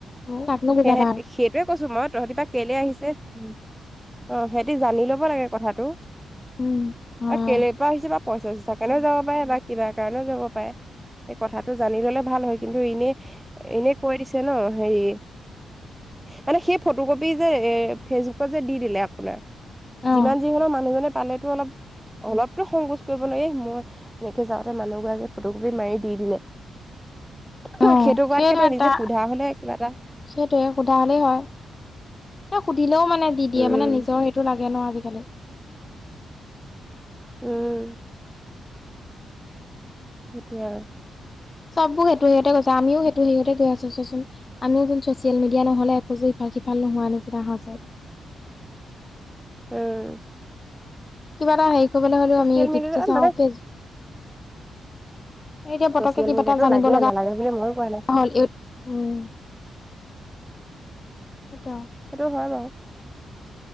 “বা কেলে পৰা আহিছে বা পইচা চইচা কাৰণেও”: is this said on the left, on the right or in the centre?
Centre